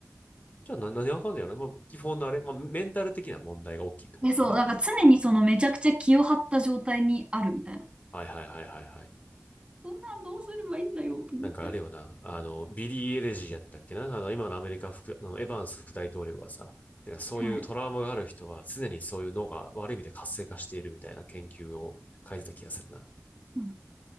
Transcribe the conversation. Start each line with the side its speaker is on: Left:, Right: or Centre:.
Left: じゃあ何、何がわかんねやろ、まあ、基本のあれ、まあ、メンタル的な問題が大きいってことかな。
Right: え、そう、だから常にそのめちゃくちゃ気を張った状態にあるみたいな。
Left: はいはいはいはいはい。
Right: そんなんどうすればいいんだよと思って。
Left: なんかあれよな、あの、ビリー・エレジーやったっけなあの、今のアメリカ副、あの、エバンス副大統領がさ、なんかそういうトラウマがある人は常にそういう脳が悪い意味で活性化しているみたいな研究を書いてた気がするな。
Right: はい。うん。